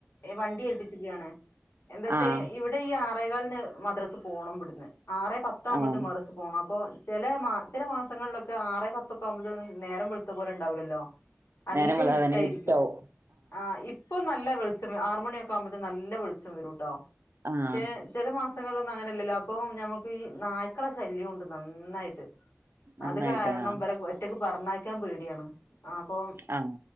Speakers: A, on the left; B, on the right.
A: ഏഹ് വണ്ടി ഏൽപ്പിച്ചിക്കാണ് എന്താച്ച
B: ആഹ്
A: ഇവടെ ഇടെ ഈ ആറേകാലിന് മദ്രസ് പോണം ഇവടന്ന് ആറേ പത്താവുമ്പഴത്തും
B: ആഹ്
A: മദ്രസ്പോണം അപ്പോ ചെലെ ചില മാസങ്ങളിലൊക്കെ ആറേ പത്തൊക്കെ ആകുമ്പോതൊ നേരം വെളത്ത പോലെ ഉണ്ടാവില്ലല്ലോ നല്ല
B: നേരം വെളുകാതെ
A: ഇരുട്ടായിരിക്കും
B: തന്നെ ഇരുട്ടാവും
A: ആഹ് ഇപ് ഇപ്പൊ നല്ല വെളിച്ചം ആറുമണിയൊക്കെ ആവുമ്പോത്തിന്ന്നല്ല വെളിച്ചം വരുംട്ടോ
B: ആഹ്
A: പക്ഷേ ചില മാസങ്ങളിലൊന്നും അങ്ങനെല്ലല്ലോ അപ്പോൾ ഞമൾക്ക് ഈ നായ്ക്കള ശല്യണ്ട് നന്നായിട്ട്
B: നന്നായിട്ട്
A: അത് കാരണം
B: ആഹ്
A: ഇവരെ ഒറ്റക്ക് പറഞ്ഞക്കാൻ പേടിയാണ് അപ്പൊ
B: ആ